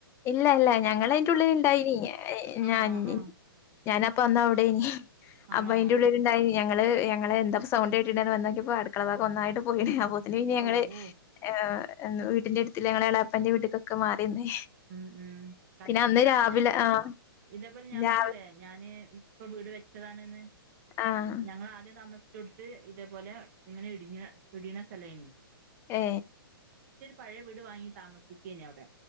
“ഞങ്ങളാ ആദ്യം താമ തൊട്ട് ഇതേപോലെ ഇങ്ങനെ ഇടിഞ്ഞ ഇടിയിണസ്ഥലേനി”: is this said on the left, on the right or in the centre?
Right